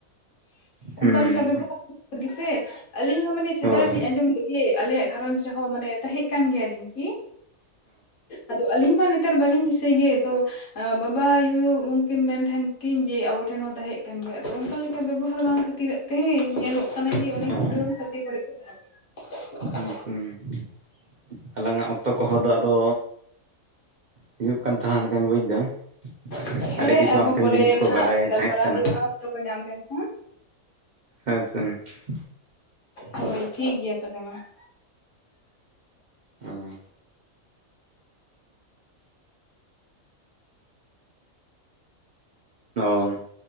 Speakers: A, on the left; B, on the right.
A: ᱾
B: ᱦᱩᱸ
A: ᱚᱝᱠᱟ ᱞᱮᱠᱟ ᱵᱮᱵᱚᱦᱟᱨ ᱤᱫᱤᱭᱟ ᱟᱹᱞᱤᱧ ᱦᱚᱸ ᱢᱟᱱᱮ ᱥᱮᱫᱟᱭ
B: ᱦᱳᱭ
A: ᱞᱤᱧ ᱟᱸᱡᱚᱢ ᱞᱮᱜ ᱜᱤ ᱟᱞᱮᱭᱟᱜ ᱜᱷᱟᱨᱚᱸᱡᱽ ᱨᱮᱦᱚᱸ ᱢᱟᱱᱮ ᱛᱟᱦᱮᱸᱜ ᱠᱟᱱ ᱜᱮᱭᱟ ᱰᱷᱤᱝᱠᱤ ᱟᱫᱚ ᱟᱹᱞᱤᱧ ᱢᱟ ᱱᱮᱛᱟᱨ ᱵᱟᱹᱞᱤᱧ ᱫᱤᱥᱟᱹᱭ ᱜᱤ ᱛᱚ ᱾ ᱵᱟᱵᱟ ᱟᱭᱩ ᱩᱱᱠᱤᱱ ᱢᱮᱱ ᱛᱟᱦᱮᱱ ᱠᱤᱱ ᱡᱮ ᱟᱵᱚ ᱴᱷᱮᱱ ᱦᱚᱸ ᱛᱟᱦᱮᱸᱜ ᱠᱟᱱ ᱜᱮ ᱟᱫᱚ ᱚᱝᱠᱟ ᱞᱮᱠᱟ ᱵᱮᱵᱚᱦᱟᱨ ᱵᱟᱝ ᱠᱷᱟᱹᱛᱤᱨᱟᱜ ᱛᱮ ᱧᱮᱞᱚᱜ ᱠᱟᱱᱟ ᱡᱮ ᱚᱱᱮ
B: ᱦᱚᱸ
A: ᱠᱩᱰᱟᱹᱢ ᱥᱟᱛᱮ ᱠᱚᱨᱮ ᱜᱮ ᱛᱟᱦᱮᱱ ᱠᱟᱱᱟ
B: ᱦ
A: ᱾‌
B: <unintelligible> ᱟᱞᱟᱝ ᱟᱜ ᱚᱠᱛᱚ ᱠᱚᱦᱚᱸ ᱫᱚ ᱟᱫᱚ ᱦᱤᱡᱩᱜ ᱠᱟᱱ ᱛᱟᱦᱟᱞᱟᱝ ᱞᱮᱠᱟᱧ ᱵᱩᱡᱽ ᱫᱟ ᱾
A: ᱠᱟᱱᱟ ᱦᱮᱸ
B: ᱟᱹᱰᱤ ᱠᱤᱪᱷᱩ
A: ᱟᱨᱦᱚᱸ
B: ᱟᱢ ᱴᱷᱮᱱ
A: ᱯᱚᱨᱮ
B: ᱡᱤᱱᱤᱥ ᱠᱚ
A: ᱱᱟᱦᱟᱜ
B: ᱵᱟᱰᱟᱭ
A: ᱜᱟᱞᱢᱟᱨᱟᱣ
B: ᱛᱟᱦᱮᱸᱜ ᱠᱟᱱᱟ
A: ᱦᱩᱭᱩᱜᱼᱟ ᱚᱠᱛᱚ ᱠᱚ ᱧᱟᱢ ᱞᱮᱱᱠᱷᱟᱱᱼ
B: ᱦᱮᱸ ᱥᱮ ᱾
A: ᱦᱳᱭ, ᱴᱷᱤᱠ ᱜᱮᱭᱟ ᱛᱟᱦᱚᱞᱮ ᱢᱟ ᱾
B: ᱟᱺ ᱚᱸ᱾